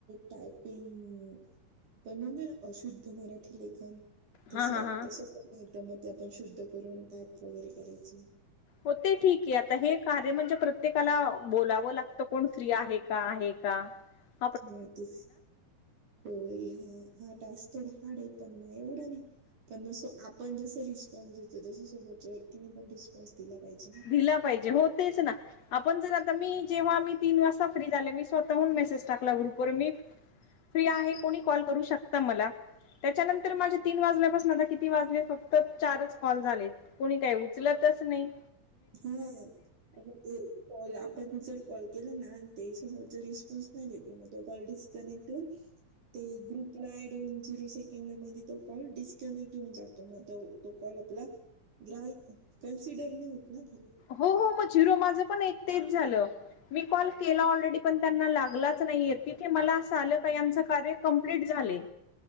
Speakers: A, on the right; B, on the left.
A: टायपिंग पण म्हणलं ना अशुद्ध मराठी लेखन तस
B: हा हा हा.
A: तस का नाही इथं मग ते आपण शुद्ध करून ताप वगैरे करायचो
B: हो ते ठीकये आता हे कार्य म्हणजे प्रत्येकाला बोलावं लागतं कोण फ्री आहे का आहे. ह <inaudible>
A: हं तेच होय हा हा टास्क थोडा हाडय पण मग एवढं नाही. पण मो आपण जस रिस्पॉन्स देतो तसं समोरचटरच्या व्यक्तीने पण रिस्पॉन्स दिला पाहिजे ना?
B: दिला पाहिजे. हो तेच ना, आपण जर आता मी जेव्हा मी तीन वाजता फ्री झाले मी स्कू स्वतःहून मेसेज टाकला ग्रुप वर मी. फ्री आहे को कॉल करू शकता मला. त्याच्यानंतर माजे तीन वाजल्या पसन आता किती वाजले? फक्त चारच कॉल झाले. कोणी काही उचलतच नाइ
A: हम्म <unintelligible> कॉल आपण जर कॉल केला ना ते समोर च रिस्पॉन्स नाही देते. मग तो कॉल डिस्कनेक्ट होऊन ते ग्रुप ॲड होऊन. झिरो सेकंदा मध्ये तो कॉल डिस्कनेक्ट होऊन जातो मग त तो कॉल आपला <unintelligible> कन्सिडर नाही होत ना पण?
B: हो हो मग झिरो माझं पण एक तेच झालं. मी कॉल केला ऑलरेडी पण त्यांना लागलाच नाहीय तिथे मला आस स आल का यांचं कार्य कंप्लीट झाले.